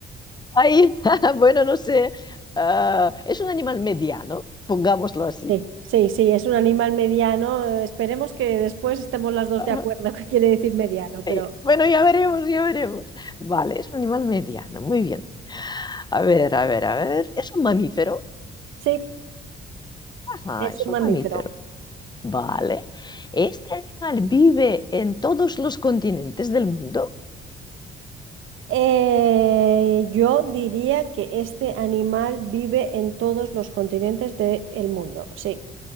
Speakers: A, on the left; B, on the right.
A: Ay, <laughs> bueno, no sé. Ah, es un animal mediano, pongámoslo así.
B: Sí, sí, sí, es un animal mediano. eh, Esperemos que después estemos las dos
A: Ajá.
B: de acuerdo <laughs> qué quiere decir mediano,
A: Ay,
B: pero
A: Bueno, ya veremos, ya veremos. Vale, es un animal mediano, muy bien. A ver, a ver, a ver. ¿Es un mamífero?
B: sí,
A: Ajá,
B: es
A: es
B: un
A: un
B: mamífero.
A: mamífero. Vale. ¿Este animal vive en todos los continentes del mundo?
B: Eh, yo diría que este animal vive en todos los continentes del mundo, sí.